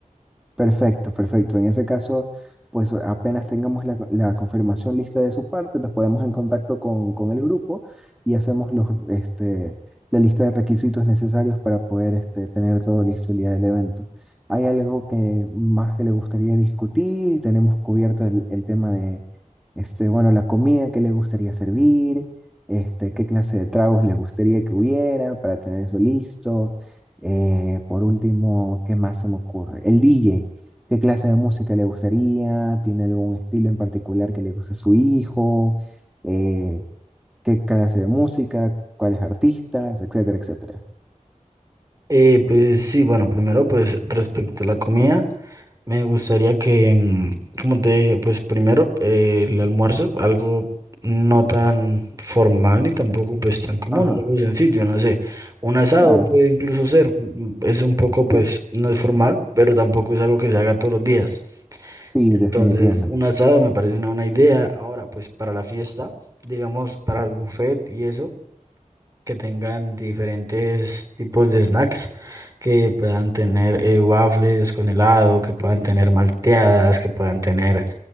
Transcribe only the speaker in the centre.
Perfecto, perfecto. En ese caso, pues apenas tengamos la, la confirmación lista de su parte, nos ponemos en contacto con, con el grupo y hacemos los, este, la lista de requisitos necesarios para poder este, tener todo listo el día del evento. ¿Hay algo que más que le gustaría discutir? Tenemos cubierto el, el tema de, este, bueno, la comida que le gustaría servir, este, qué clase de tragos le gustaría que hubiera para tener eso listo. Eh, por último, ¿qué más se me ocurre? El DJ qué clase de música le gustaría, tiene algún estilo en particular que le gusta a su hijo, eh, qué clase de música, cuáles artistas, etcétera, etcétera.
Ajá,
claro.
Sí,
sí,
definitivamente.